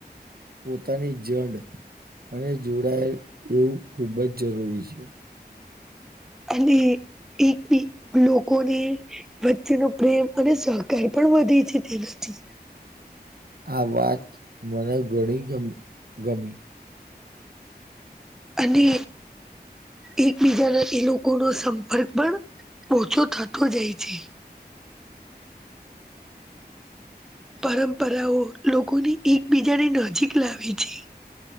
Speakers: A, on the right (about 60°); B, in the centre.
A: પોતાની જડ અને જોડાયેલ એવું ખૂબ જ જરૂરી છે.
B: અને એક એક લોકોને. વચ્ચેનો પ્રેમ અને સહકાર પણ વધે છે તેનાથી.
A: આ વાત મને ઘણી ગમ ગમી.
B: અને. એકબીજાને એ લોકો નો સંપર્ક પણ ઓછો થતો જાય છે. પરંપરાઓ લોકોને એકબીજાની નજીક લાવે છે.